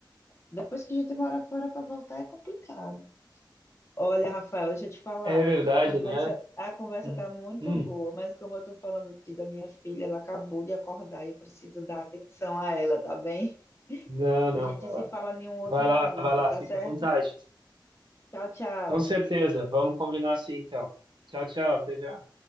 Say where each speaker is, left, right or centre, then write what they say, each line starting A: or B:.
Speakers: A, on the left; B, on the right.
A: Depois que a gente mora fora para voltar é complicado. Olha, Rafael, deixa eu te falar.
B: É verdade,
A: A conversa,
B: né?
A: a conversa
B: Hum,
A: tá muito
B: hum.
A: boa, mas como eu tô falando de- da minha filha, ela acabou de acordar e eu preciso dar atenção a ela, tá bem? <laughs>
B: Não, não,
A: A gente
B: vai
A: se
B: lá.
A: fala em um outro
B: Vai
A: momento,
B: lá, vai lá,
A: tá
B: fica
A: certo?
B: à vontade.
A: Tchau, tchau.
B: Com certeza. Vamos combinar assim, então. Tchau, tchau, até já.